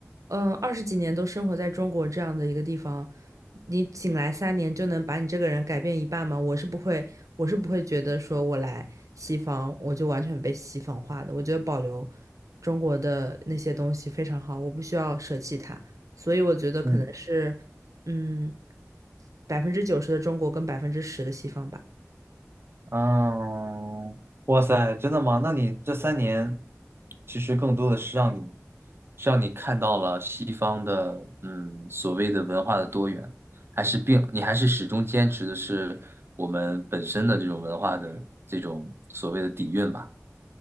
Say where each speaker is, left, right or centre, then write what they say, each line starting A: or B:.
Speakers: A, on the right; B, on the right.
A: 嗯，二十几年都生活在中国这样的一个地方，你仅来三年就能把你这个人改变一半吗？我是不会，我是不会觉得说我来西方我就完全被西方化的。我觉得保留中国的那些东西非常好，我不需要舍弃它。所以我觉得可能是，
B: 嗯。
A: 嗯，百分之九十的中国跟百分之十的西方吧。
B: 嗯，哇塞，真的吗？那你这三年，其实更多的是让你，是让你看到了西方的，嗯，所谓的文化的多元，还是并，你还是始终坚持的是我们本身的这种文化的这种所谓的底蕴吧？